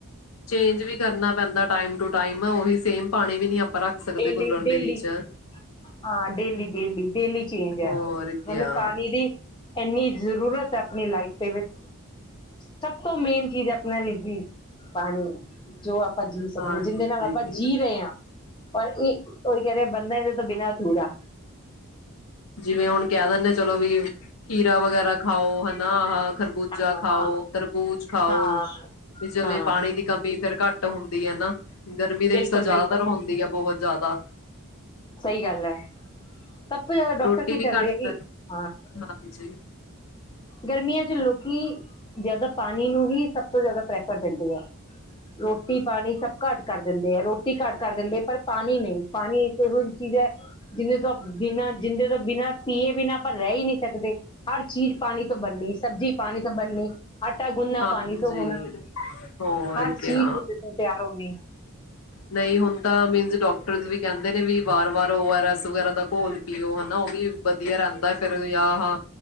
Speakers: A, on the left (about 75°); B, on the left (about 20°).
A: ਚੇਂਜ ਵੀ ਕਰਨਾ ਪੈਂ ਦਾ ਟਾਈਮ ਟੂ ਟਾਈਮ ਆ ਉਹੀ ਸੇਮ ਪਾਣੀ ਵੀ ਨੀ ਆਪਾਂ ਰੱਖ ਸਕਦੇ
B: ਡੇਲੀ-ਡੇਲੀ
A: ਕੂਲਰ ਦੇ ਵਿੱਚ
B: ਹਾਂ ਡੇਲੀ-ਡੇਲੀ, ਡੇਲੀ ਚੇਂਜ ਹੈ
A: ਹੋਰ ਕਿਆ
B: ਮਤਲਬ ਪਾਣੀ ਦੀ ਇੰਨੀ ਜ਼ਰੂਰਤ ਹੈ ਆਪਣੀ ਲਾਈਫ ਦੇ ਵਿੱਚ ਸਭ ਤੋਂ ਮੇਨ ਚੀਜ਼ ਆਪਣਾ ਰਿਜ਼ੀਜ਼ ਪਾਣੀ ਹੈ ਜੋ ਆਪ ਆਪਾਂ ਜੀਅ ਸਕਦੇ
A: ਹਾਂਜੀ
B: ਹਾਂ ਜਿਹਦੇ ਨਾਲ ਆਪਾਂ ਜੀਅ ਰਹੇ ਹਾਂ ਪਰ ਇਹ ਉਹੀ ਕਹਿ ਰਹੇ ਆ ਬੰਦਾ ਇਹਦੇ ਤੋਂ ਬਿਨਾਂ ਅਧੂਰਾ।
A: ਜਿਵੇਂ ਹੁਣ ਕਹਿ ਦਿੰਦੇ ਚਲੋ ਵੀ ਖੀਰਾ ਵਗੈਰਾ ਖਾਓ ਹਨਾ ਆਹਾ ਖਰਬੂਜਾ
B: ਹਾਂ
A: ਖਾਓ,
B: ਹਾਂ
A: ਤਰਬੂਜ ਖਾਓ
B: ਹਾਂ
A: ਵੀ ਜਿਵੇਂ
B: ਹਾਂ
A: ਪਾਣੀ ਦੀ ਕਮੀ ਫੇਰ ਘੱਟ ਹੁੰਦੀ ਹੈ ਨਾ। ਗਰਮੀ ਦੇ
B: ਬਿਲਕੁਲ
A: ਵਿੱਚ ਤਾਂ ਜ਼ਿਆਦਾਤਰ
B: ਬਿਲਕੁਲ
A: ਹੁੰਦੀ ਹੈ ਬਹੁਤ ਜ਼ਿਆਦਾ।
B: ਸਹੀ ਗੱਲ ਹੈ। ਸਭ ਤੋਂ ਜ਼ਿਆਦਾ ਡਾਕਟਰ
A: ਰੋਟੀ
B: ਕੀ
A: ਵੀ
B: ਕਰਦੇ
A: ਘੱਟ
B: ਆ ਜ ਹਾਂ
A: ਹਾਂਜੀ
B: ਗਰਮੀਆਂ ਚ ਲੋਕੀ ਜ਼ਿਆਦਾ ਪਾਣੀ ਨੂੰ ਹੀ ਸਭ ਤੋਂ ਜ਼ਿਆਦਾ ਪ੍ਰੈਫਰ ਦਿੰਦੇ ਹੈ ਰੋਟੀ ਪਾਣੀ ਸਭ ਘੱਟ ਕਰ ਦਿੰਦੇ ਹੈ ਰੋਟੀ ਘੱਟ ਕਰ ਦਿੰਦੇ ਹੈ ਪਰ ਪਾਣੀ ਨਹੀਂ ਪਾਣੀ ਇਹੋ ਜਿਹੀ ਚੀਜ਼ ਹੈ ਜਿੰਹਦੇ ਤੋਂ ਬਿਨਾਂ ਜਿੰਦੇ ਤੋਂ ਬਿਨਾਂ ਪੀਏ ਬਿਨਾਂ ਆਪਾਂ ਰਹਿ ਹੀ ਨੀ ਸਕਦੇ ਹਰ ਚੀਜ਼ ਪਾਣੀ ਤੋਂ ਬਣਨੀ ਸਬਜ਼ੀ ਪਾਣੀ ਤੋਂ ਬਣਨੀ ਆਟਾ ਗੁੰਨਨਾ
A: ਹਾਂਜੀ।
B: ਪਾਣੀ ਤੋਂ ਹੋਣਾ
A: ਹੋਰ
B: ਹਰ ਚੀਜ਼
A: ਕਿਆ,
B: ਉਹਦੇ ਤੋਂ ਤਿਆਰ ਹੋਣੀ
A: ਨਹੀਂ ਹੁਣ ਤਾਂ ਮੀਨਜ਼ ਡਾ ਟਰਸ ਵੀ ਕਹਿੰਦੇ ਨੇ, ਵੀ ਵਾਰ-ਵਾਰ ਓ ਐਰ ਐਸ, ਵਗੈਰਾ ਦਾ ਘੋਲ ਪੀਓ ਹਨਾ ਉਹ ਵੀ ਵਧੀਆ, ਰਹਿੰਦਾ ਫਿਰ ਆ, ਹਾਂ